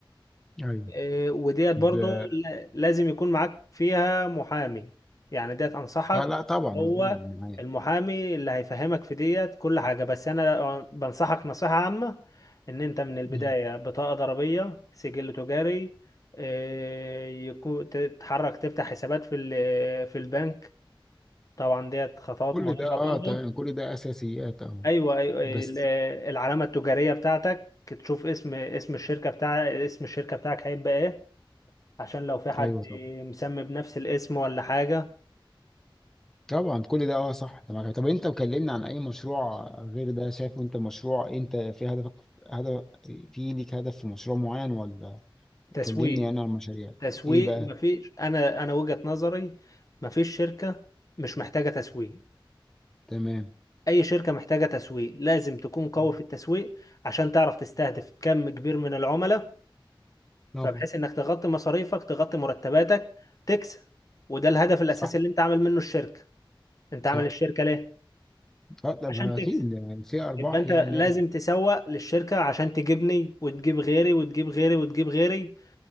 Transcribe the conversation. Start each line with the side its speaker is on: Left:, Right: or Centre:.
Centre: أيوه
Left: آه، وديت برضو
Centre: ب...
Left: ل- لازم يكون معاك فيها محامي يعني ديت انصحك
Centre: آه لا طبعا معايا
Left: هو
Centre: معايا
Left: المحامي اللي هيفهمك في ديت كل حاجه بس انا بنصحك نصيحه عامه ان انت من البدايه
Centre: مم.
Left: بطاقه ضريبيه سجل تجاري آه، يكون تتحرك تفتح حسابات في ال- في البنك طبعا ديت خطوات
Centre: كل
Left: مهمه
Centre: ده أه
Left: برضو
Centre: تمام كل ده أساسيات أه
Left: ايوه ايوه ال-
Centre: بس
Left: آه، العلامه التجاريه بتاعتك تشوف اسم اسم الشركه بتاع اسم الشركه بتاعك هيبقى ايه عشان لو في حد
Centre: أيوه طبعا
Left: مسمي بنفس الاسم ولا حاجه
Centre: طبعا كل ده اه صح انت معاك طب انت مكلمنا عن اي مشروع غير ده شايفه انت مشروع انت في هدفك هدف في ليك هدف في مشروع معين ولا
Left: تسويق
Centre: كلمني انا عن المشاريع
Left: تسويق
Centre: ايه بقى
Left: مفيش انا انا وجهه نظري مفيش شركه مش محتاجه تسويق
Centre: تمام
Left: اي شركه محتاجه تسويق لازم تكون قوي
Centre: طبعا
Left: في التسويق عشان تعرف تستهدف كم كبير من العملاء
Centre: طبعا
Left: فبحيث انك تغطي مصاريفك تغطي مرتباتك تكسب وده الهدف الاساسي
Centre: صح
Left: اللي انت عامل منه الشركه انت
Centre: صح
Left: عامل الشركه ليه
Centre: اه طب
Left: عشان
Centre: اكيد
Left: تكسب
Centre: يعني في ارباح
Left: يبقى انت
Centre: يعني
Left: لازم
Centre: لازم
Left: تسوق للشركة عشان تجيبني وتجيب غيري وتجيب غيري وتجيب غيري